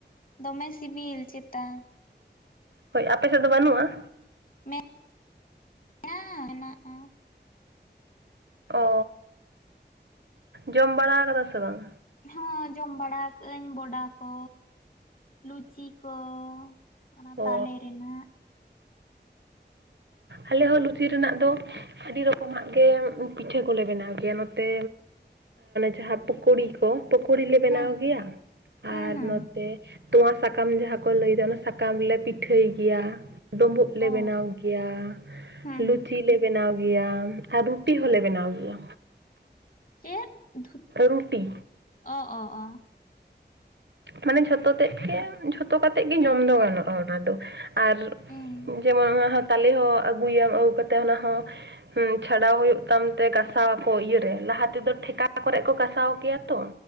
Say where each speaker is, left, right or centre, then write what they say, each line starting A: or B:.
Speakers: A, on the left (about 50°); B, on the right (about 75°).
A: ᱫᱚᱢᱮ ᱥᱤᱵᱤᱞ ᱪᱮᱛᱟ
B: ᱦᱳᱭ ᱟᱯᱮ ᱥᱮᱫ ᱫᱚ ᱵᱟᱹᱱᱩᱟ?
A: ᱢᱮᱱᱟᱜ-ᱟ ᱢᱮᱱᱟᱜ <inaudible>
B: ᱚ ᱡᱚᱢ ᱵᱟᱲᱟ ᱠᱟᱫᱟ ᱥᱮ ᱵᱟᱝ?
A: ᱦᱚᱸ ᱡᱚᱢ ᱵᱟᱲᱟ ᱠᱟᱹᱜ ᱟᱹᱧ ᱵᱚᱰᱟ ᱠᱚ ᱞᱩᱪᱤ ᱠᱚ᱾ ᱚᱱᱟ ᱛᱟᱞᱮ
B: ᱚ
A: ᱨᱮᱱᱟᱜ᱾
B: ᱟᱞᱮ ᱦᱚᱸ ᱞᱩᱪᱤ ᱨᱮᱱᱟᱜ ᱫᱚ ᱟᱹᱰᱤ ᱨᱚᱠᱚᱢᱟᱜ ᱜᱮ ᱯᱤᱴᱷᱟᱹ ᱠᱚᱞᱮ ᱵᱮᱱᱟᱣ ᱜᱮᱭᱟ ᱱᱚᱛᱮ ᱡᱟᱦᱟᱸ ᱯᱩᱠᱳᱲᱤ ᱠᱚ ᱯᱚᱠᱳᱲᱤ ᱞᱮ ᱵᱮᱱᱟᱣ
A: ᱦᱩᱸ
B: ᱜᱮᱭᱟ
A: ᱦᱩᱸ
B: ᱟᱨ
A: ᱦᱩᱸ
B: ᱛᱚᱣᱟ ᱥᱟᱠᱟᱢ ᱡᱟᱦᱟᱸ ᱠᱚ ᱞᱟᱹᱭᱫᱟ ᱚᱱᱟ ᱥᱟᱠᱟᱢᱞᱮ ᱯᱤᱴᱷᱟᱹᱭ ᱜᱮᱭᱟ᱾ ᱰᱩᱸᱵᱩᱜ ᱞᱮ
A: ᱚ
B: ᱵᱮᱱᱟᱣ ᱜᱮᱭᱟ
A: ᱦᱩᱸ ᱦᱩᱸ
B: ᱞᱩᱪᱤ ᱞᱮ ᱵᱮᱱᱟᱣ ᱜᱮᱭᱟ ᱟᱨ ᱨᱩᱴᱤ ᱦᱚᱞᱮ ᱵᱮᱱᱟᱣ ᱜᱮᱭᱟ᱾
A: ᱪᱮᱫ ᱫᱷᱩᱛ
B: ᱨᱩᱴᱤ
A: ᱚ ᱚ ᱚ
B: ᱢᱟᱱᱮ ᱡᱷᱚᱛᱚ ᱛᱮᱫ ᱜᱮ ᱡᱷᱚᱛᱚ ᱠᱟᱛᱮᱫ ᱜᱮ ᱡᱚᱢ ᱫᱚ ᱜᱟᱱᱚᱜᱼᱟ ᱚᱱᱟ ᱫᱚ ᱟᱨ
A: ᱦᱩᱸ
B: ᱡᱮᱢᱚᱱ ᱚᱱᱟ ᱦᱚᱸ ᱛᱟᱞᱮ ᱦᱚᱸ ᱟᱹᱜᱩᱭᱟᱢ ᱟᱹᱜᱩ ᱠᱟᱛᱮᱜ ᱚᱱᱟ ᱦᱚᱸ ᱦᱮᱸ ᱪᱷᱟᱰᱟᱣ ᱦᱩᱭᱩᱜ ᱛᱟᱢ ᱛᱮ ᱜᱟᱥᱟᱣ ᱟᱠᱚ ᱤᱭᱟᱹᱨᱮ ᱞᱟᱦᱟ ᱛᱮᱫᱚ ᱴᱷᱮᱠᱟ ᱠᱚᱨᱮ ᱠᱚ ᱜᱟᱥᱟᱣ ᱜᱮᱭᱟ ᱛᱚ